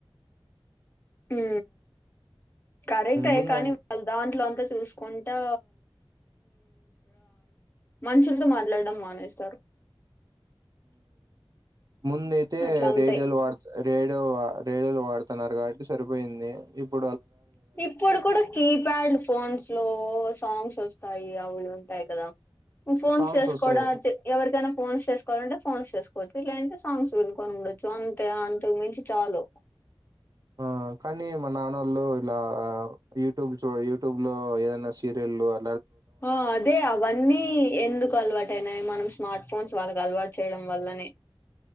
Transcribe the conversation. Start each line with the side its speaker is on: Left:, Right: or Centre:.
Left: ఉ కరెక్ట్
Right: ముంద
Left: కానీ వాళ దాంట్లో అంత చూసుకుంటా మనుషులతో మాట్లాడడం మానేస్తారు
Right: ముంద అయితే
Left: అట్లా ఉంటాయి
Right: రేడియోలు వాడుత రేడియో రేడియోలు వాడుతున్నారు కాబట్టి సరి పోయింది ఇప్పు
Left: ఇప్పుడు కూడా కీప్యాడ్ ఫోన్స్ లో సాంగ్స్ వస్తాయి అవి ఉంటాయి కదా ఫోన్స్
Right: సాంగ్స్
Left: చేసుకోవడ
Right: వస్తాయి
Left: ఎవరికైనా ఫోన్స్ చేసుకోవాలంటే ఫోన్స్ చేసుకోవచ్చు లేదంటే సాంగ్స్ వినుకొని ఉండొచ్చు అంతే అంతకు మించి చాలు
Right: ఆ కానీ మా నాన్నోళ్ళు ఇలా యూట్యూబ్ చ యూట్యూబ్ లో ఏదైనా సీరియల్లు ఆ
Left: ఆ అదే అవన్నీ ఎందుకు అలవాటయినాయి మనం స్మార్ట్ ఫోన్స్ వాళ్ళకు అలవాటు చేయడం వల్లనే